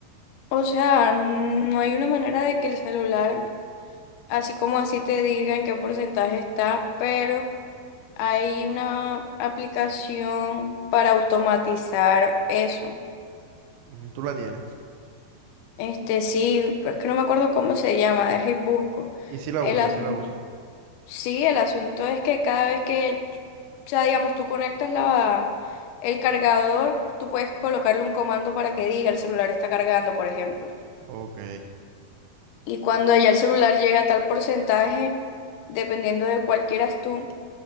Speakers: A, on the left (about 80°); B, on the right (about 75°).
A: O sea, mm, no hay una manera de que el celular, así como así te diga en qué porcentaje está, pero hay una aplicación para automatizar eso.
B: Ujú, Tú la tienes.
A: Este sí, pero es que no me acuerdo cómo se llama, deja y busco.
B: Y si la
A: El
B: usas,
A: asunto
B: si la usas.
A: Sí, el asunto es que cada vez que, o sea, digamos, tú conectas la, el cargador, tú puedes colocarle un comando para que diga el celular está cargando, por ejemplo.
B: Ok.
A: Y cuando ya el celular llega a tal porcentaje, dependiendo de cuál quieras tú,